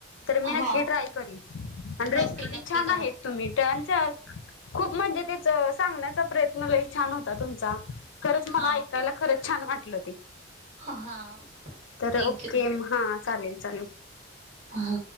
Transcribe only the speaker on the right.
हा
नक्की नक्की
करा
हा
हा
थँक्यू
हा.